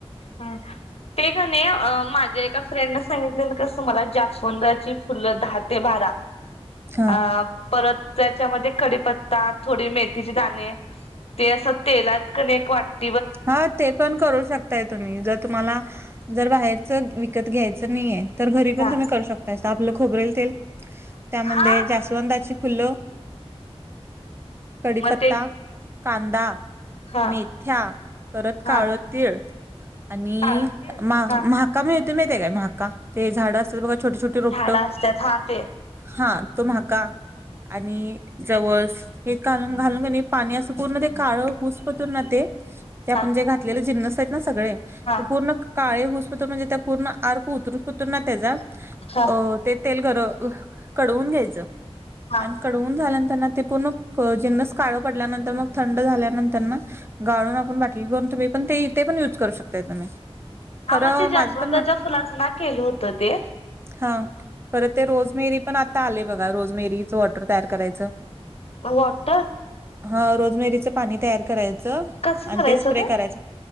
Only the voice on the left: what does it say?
हम्म ते कनी अं माझ्या एका फ्रेंडने सांगितलेलं कसं मला जास्वंदची फुलं दहा ते बारा
अ परत त्याच्यामध्ये कडीपत्ता थोडी मेथीची दाणे ते असं तेलात कनेक वाटत
हा
हा
मग ते
हा
हा
काळ तीळ
हा
झाडं असत्यात हा ते
हा
हा
हा
हा
हा
मग ते
जास्वंदाच्या
फुलाचं ना केलं होतं ते
वाॅटर
कसं
करायचं
हो ते